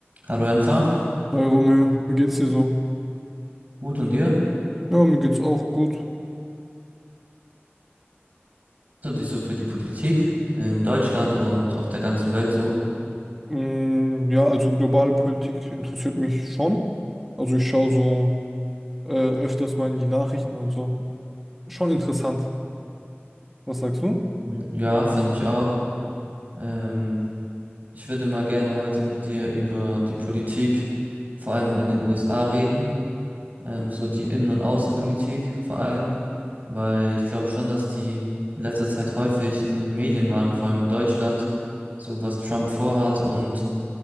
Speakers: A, on the right; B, in the centre.
A: Hallo Enfa,
B: Hi Romeo, wie geht's dir so?
A: gut und dir?
B: Ja, mir geht's auch gut.
A: Du dich so für die Politik in Deutschland und auf der ganzen Welt so?
B: Mm, ja, also globale Politik interessiert mich schon. Also ich schaue so äh, öfters mal in die Nachrichten und so. Schon interessant. Was sagst du?
A: Mhm. Ja, finde ich auch. Ähm, ich würde mal gerne heute mit dir über die Politik, vor allem in den USA reden, ähm, so die Innen- und Außenpolitik vor allem, weil ich glaube schon, dass die in letzter Zeit häufig in den Medien waren, vor allem in Deutschland, so was Trump vorhat und